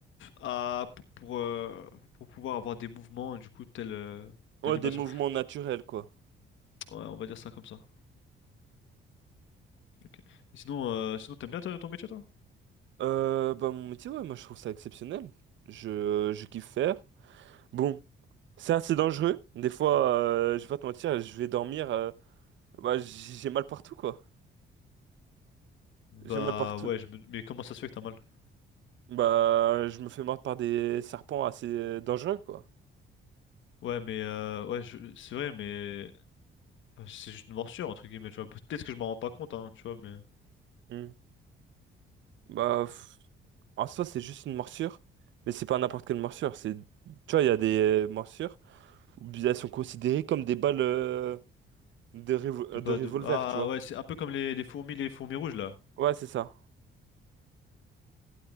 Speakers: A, on the left; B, on the right.
A: à, pour, pour, euh, pour pouvoir avoir des mouvements, du coup, tels euh,
B: Ouais,
A: d'animation.
B: des mouvements naturels, quoi.
A: Ouais, on va dire ça comme ça. Ok. Et sinon, euh, sinon t'aimes bien ta- ton métier, toi?
B: Euh, bah, mon métier, ouais, moi, je trouve ça exceptionnel. Je, je kiffe faire. Bon, c'est assez dangereux. Des fois, euh, je vais pas te mentir, je vais dormir. euh, bah, j'ai mal partout, quoi.
A: Bah
B: J'ai mal partout.
A: ouais, je me- mais comment ça se fait que t'as mal?
B: Bah, je me fais mordre par des serpents assez euh, dangereux, quoi.
A: Ouais, mais euh, ouais, je- c'est vrai, mais enfin, c'est juste une morsure entre guillemets, tu vois. Peut-être que je m'en rends pas compte, hein, tu vois, mais
B: Hmm. Bah, pff, en soi, c'est juste une morsure, mais c'est pas n'importe quelle morsure. C'est, tu vois, il y a des euh, morsures où elles sont considérées comme des balles euh, de, revo-
A: c'est pas
B: de revolver,
A: de... Ah
B: tu vois.
A: ouais, c'est un peu comme les, les fourmis, les fourmis rouges là.
B: Ouais, c'est ça.